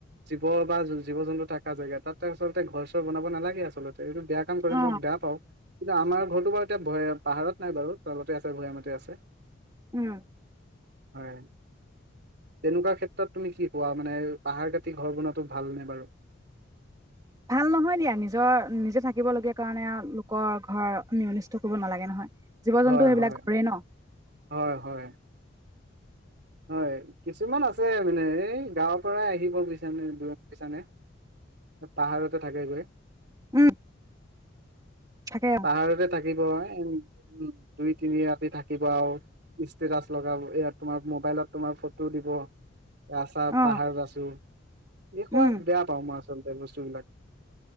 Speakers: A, on the right; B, on the right.
A: জীৱ বা জীৱ জন্তু থকা জেগা তাততে আচলতে ঘৰ চৰ বনাব নালাগে আছিল। এইটো বেয়া কাম কৰে
B: অ
A: মই বেয়া পাওঁ। কিন্তু আমাৰ ঘৰৰতটো বাৰু এতিয়া ভে পাহাৰত নাই বাৰু তলতে আছে ভৈয়ামতে আছে।
B: উম
A: হয় তেনেকুৱা ক্ষেত্ৰত তুমি কি কোৱা মানে পাহাৰ কাটি ঘৰ বনোৱাটো‌ ভালনে বাৰু।
B: ভাল নহয় দিয়া নিজৰ নিজে থাকিব লগীয়া কাৰণে লোকৰ ঘৰ আমি অনিষ্ট কৰিব নালাগে নহয়। জীৱ জন্তু
A: হয়
B: সেইবিলাক
A: হয়
B: ঘৰেই ন
A: হয় হয় হয় কিছুমান আছে মানে এই গাঁৱৰ পৰাই আহিব বিচানে বিছানে পাহাৰতে থাকে গৈ।
B: উম থাকে অ
A: পাহাৰতে থাকিব এ উম দুই তিনি ৰাতি থাকিব আৰু ষ্টেটাচ লগাব এ তোমাৰ। মোবাইলত তোমাৰ ফটো দিব। এয়া চা
B: অ
A: পাহাৰত আছোঁ এই সোপা
B: উম
A: বেয়া পাও মই আ। চতে বস্তু বিলাক-